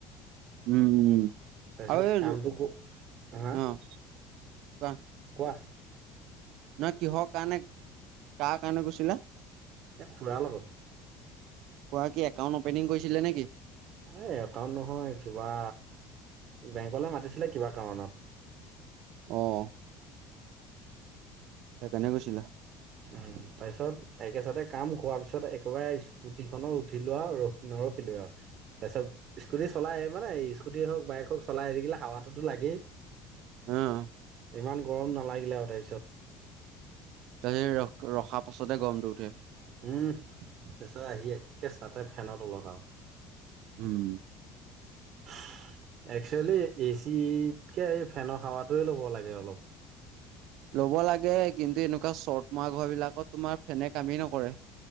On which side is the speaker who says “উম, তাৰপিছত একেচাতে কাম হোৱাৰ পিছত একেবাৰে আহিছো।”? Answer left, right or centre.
Right